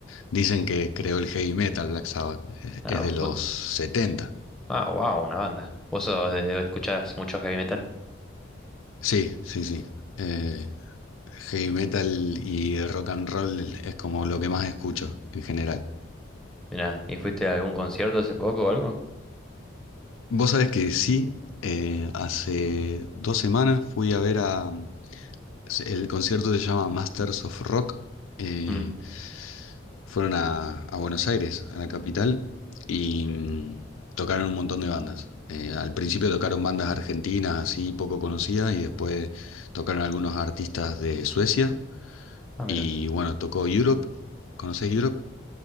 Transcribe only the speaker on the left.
Dicen que creó el heavy metal Black Sabbath, es,
es de los
70.
Sí, sí, sí. Eh, heavy metal y el rock and roll es como lo que más escucho en general.
Vos sabés que sí, eh, hace dos semanas fui a ver a, se- El concierto se llama Masters of Rock. eh,
fueron a, a Buenos Aires, a la capital, y mm, tocaron un montón de bandas. Eh, al principio tocaron bandas argentinas así poco conocidas y después tocaron algunos artistas de Suecia.
Y bueno, tocó Europe. ¿Conocés Europe?